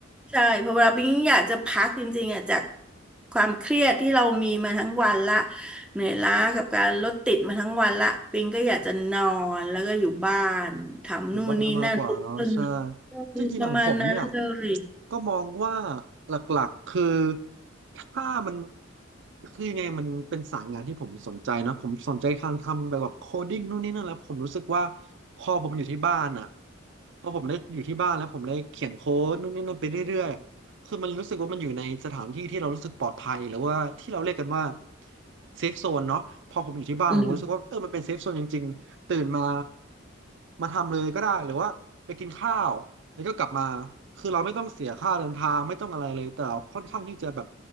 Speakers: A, in the centre; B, on the right.
A: ใช่เพราะเวลาปิ๊งอยากจะพักจริงๆอ่ะจากความเครียดที่เรามีมาทั้งวันละเหนื่อยล้ากับการรถติดมาทั้งวันละปิ๊งก็อยากจะนอนแล้วก็อยู่บ้านทำนู่นนี่นั่นปลูกต้นไม้
B: อยู่บ้านมากกว่าเนาะใช่จริงๆของผมเนี่ย
A: ประมาณนั้นเลย
B: ก็มองว่าหลักๆคือถ้ามันคือยังไงมันเป็นสายงานที่ผมสนใจเนอะผมสนใจทางทำแบบโคดิ้งนู่นนี่นั่นแล้วผมรู้สึกว่าพอผมอยู่ที่บ้านอ่ะพอผมได้อยู่ที่บ้านแล้วผมได้เขียนโค้ดนู่นนี่นั่นไปเรื่อยๆอะคือมันรู้สึกว่ามันอยู่ในสถานที่ที่เรารู้สึกปลอดภัยหรือว่าที่เราเรียกกันว่าเซฟโซนเนาะพอผมอยู่ที่บ้านผมรู้สึกว่าเออมันเป็นเซฟโซนจริง
A: อืม
B: ตื่นมามาทำเลยก็ได้หรือว่าไปกินข้าวแล้วก็กลับมาคือเราไม่ต้องเสียค่าเดินทางไม่ต้องอะไรเลยแต่เราค่อนข้างที่จะแบบ